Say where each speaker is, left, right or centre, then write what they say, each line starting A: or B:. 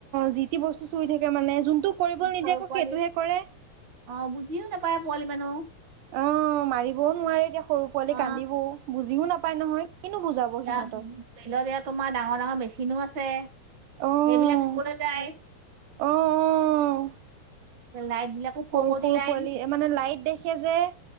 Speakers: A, on the right; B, on the right.
A: যি টি বস্তু চুই থাকে মানে যোনটো কৰিব নিদিয়ে
B: সৰু
A: আকৌ
B: পোৱালি
A: সেইটোহে কৰে।
B: অ বুজিও নাপায় পোৱালি মানুহ।
A: অ মাৰিবও নোৱাৰে এতিয়া সৰু পোৱালি
B: অ
A: কান্দিবও বুজিও নাপায় নহয়। কিনো বুজাব
B: এ
A: সিহঁতক।
B: মেলত এয়া তোমাৰ ডাঙৰ ৰ মেচিনো আছে।
A: অ',
B: সেই বিলাক চুবলৈ যায়।
A: অ', অ',
B: লাইট বিলাকো
A: সৰু
B: খবতি
A: সৰু
B: লাই
A: পোৱালি মানে লাইট দেখে যে